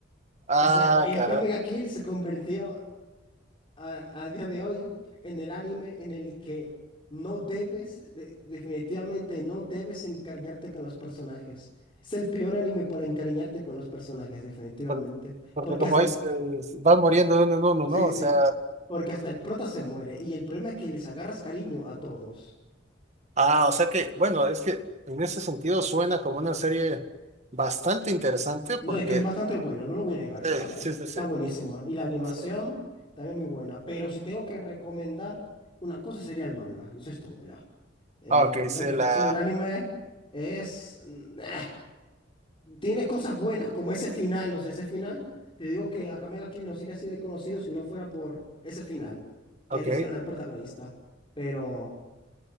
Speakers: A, on the right (about 35°); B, on the left (about 25°).
A: Ah,
B: O sea, y Akame
A: caray.
B: ga Kill se convirtió. a, a día de hoy en el anime en el que no debes, de- definitivamente no debes encariñarte con los personajes. Es el peor anime para encariñarte con los personajes, definitivamente.
A: Por- Porque,
B: Porque
A: como
B: hasta
A: dices,
B: el...
A: van muriendo de uno en uno,
B: Sí,
A: ¿no? O
B: sí.
A: sea.
B: Porque hasta el prota se muere. Y el problema es que les agarras cariño a todos.
A: Ah, o sea que, bueno, es que en ese sentido suena como una serie bastante interesante porque.
B: No, es que es bastante bueno, no lo voy a negar.
A: Sí,
B: Está, bu-
A: sí, sí,
B: está
A: sí.
B: buenísima. Y la animación
A: sí.
B: también muy buena. Pero si tengo que recomendar, una cosa sería el manga. Eso es todo ya. Eh,
A: Ah, Ok,
B: lo lo
A: se
B: que pasa
A: la.
B: en el anime es... mm, ah, tiene cosas buenas, como ese final, o sea, ese final. Te digo que Akame ga Kill no sería así de conocido si no fuera por ese final que
A: Ok,
B: le hicieron al protagonista. Pero,